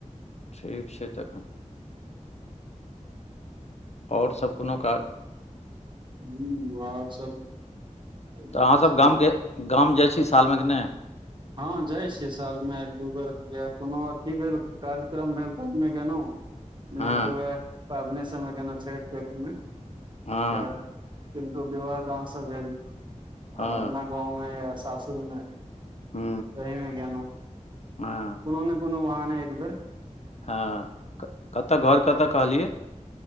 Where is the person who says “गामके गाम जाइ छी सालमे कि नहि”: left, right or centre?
Left